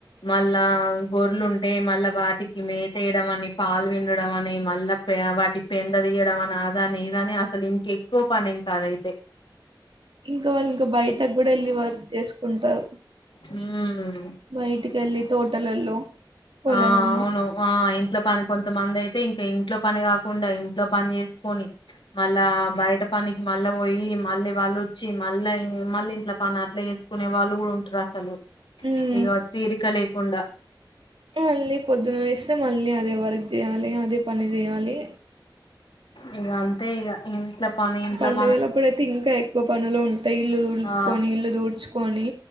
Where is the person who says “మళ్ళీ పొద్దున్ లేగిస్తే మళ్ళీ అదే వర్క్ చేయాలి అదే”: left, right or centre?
Right